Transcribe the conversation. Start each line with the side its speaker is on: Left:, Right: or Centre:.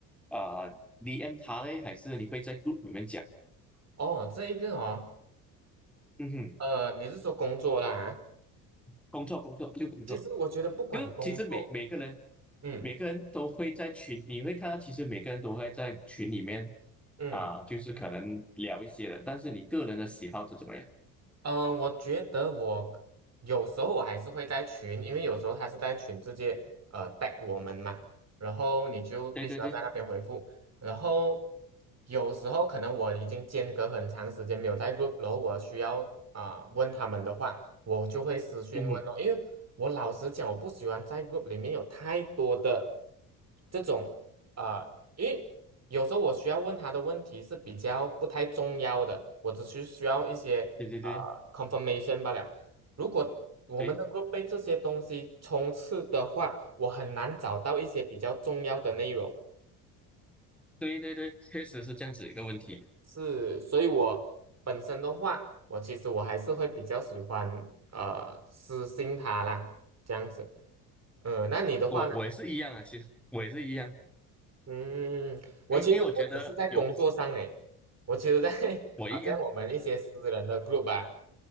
Centre: 啊、呃 DM 他嘞，还是你会在 group 里面讲？
Right: 哦，这一个哦，
Centre: 嗯哼，
Right: 呃，你是说工作啦啊？
Centre: 工作工作就工作，
Right: 其实我觉得不管工作，
Centre: 就其实每每个人
Right: 嗯
Centre: 每个人都会在群，你会看到，其实每个人都会在群里面
Right: 嗯。
Centre: 啊、就是可能聊一些的，但是你个人的喜好是怎么样？
Right: 嗯，我觉得我有时候我还是会在群，因为有时候他是在群直接呃带我们嘛，然后你就必须要在那边回复。
Centre: 对对对，
Right: 然后有时候可能我已经间隔很长时间没有在 group，然后我需要啊、问他们的话，我就会私讯问哦，
Centre: 嗯哼，
Right: 因为我老实讲，我不喜欢在 group 里面有太多的这种。啊。因为有时候我需要问他的问题是比较不太重要的，我只是需要一些啊、
Centre: 对对对
Right: 呃 confirmation 罢了。如果我们能够被这些东西充斥的话，
Centre: 对。
Right: 我很难找到一些比较重要的内容。
Centre: 对对对，确实是这样子一个问题。
Right: 是，所以我本身的话，我其实我还是会比较喜欢呃私信他啦，这样子。嗯，那你的话呢？
Centre: 我我也是一样啊，其实我也是一样，
Right: 嗯，我其实不只是在工作上诶，
Centre: 因因为我觉得有
Right: 我其实在 <laughs>
Centre: 我一样
Right: 好像我们一些私人的 group 啊，